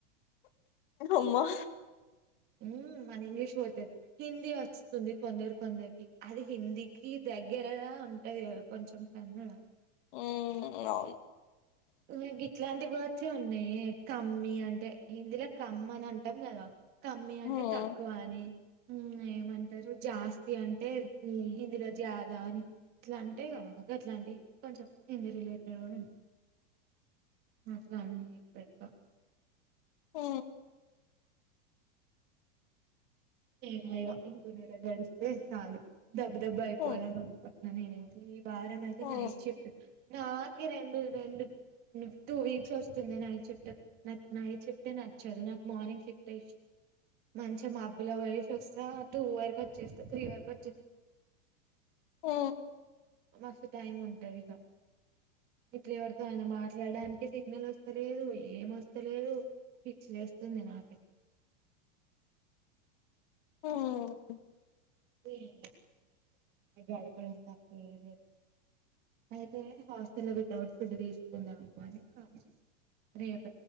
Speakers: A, on the left; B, on the right.
A: అమ్మా
B: మ్ మన ఇంగ్లీష్ పోతది హిందీ వస్తది కొందరు కొందరికి అది హిందీకి దగ్గరగా ఉంటది కదా కొంచెం కన్నడ
A: ఉమ్ అవును
B: నాక్ గి ట్లాంటి వర్డ్స్ే ఉన్నాయే కమ్మి అంటే హిందీ ల కమ్ అని అంటాం కదా కమ్మి అంటే
A: ఉమ్
B: తక్కువ అని మ్ ఏమంటారు జాస్తి అంటే హిందీలో జాదా అని ఇట్లా అంటే కదా అట్లాంటివి కొంచెం హింది రిలేటెడ్ కూడా ఉం అట్ల అన్ని పెడ్క్క
A: ఆ
B: ఎం లే ఇగ ఇంకో నెల గడిస్తే చాలు దబ్బ దబ్బ అయిపోవాలనకుం
A: ఉమ్
B: నేనయితే ఈ వారం అయితే
A: ఉమ్
B: నైట్ షిఫ్ట్ నాకే రెండు రెండు టూ వీక్స్ వస్తుంది నైట్ షిఫ్ట్ నా నైట్ షిఫ్ట్ే నచ్చదు నాకు మార్నింగ్ షిఫ్టే ఇష్ మంచిగా మాబ్ బ్బుల పోయేసి వస్తా టూ వరకు వచ్చేస్తా త్రీ వరకు వచ్చేస్తా
A: ఆ
B: మస్తు టైం ఉంటది ఇగ ఇట్లు ఎవరితో ఆయిన మాట్లాడానికి సిగ్నల్ వస్తలేదు ఏం వస్తలేదు పిచ్చలేస్తుంది నాకైతే
A: మ్
B: ఎం చేస్తమే గడపడం తప్ప ఎం లేదు అయితే హాస్టల్ వితౌట్ ఫుడ్ తీసుకుందామని ఆలోచిస్ రేప్